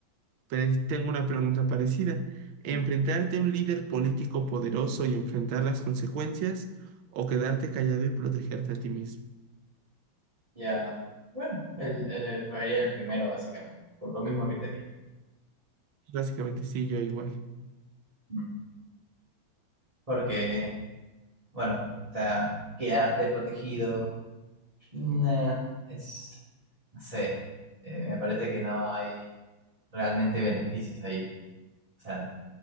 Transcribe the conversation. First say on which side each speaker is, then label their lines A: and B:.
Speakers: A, on the right (about 80°); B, on the right (about 15°).
A: Pero ahí tengo una pregunta parecida. ¿Enfrentarte
B: Mm,
A: a un líder político poderoso y enfrentar las consecuencias o quedarte callado y protegerte a ti mismo?
B: Ya, bueno, el, el, escogería el primero, básicamente, por lo mismo que te dije.
A: Básicamente sí, yo igual.
B: Mm. Porque, bueno, o sea, quedarte protegido. Nah, es, no sé, eh, me parece que no hay realmente beneficios ahí. O sea,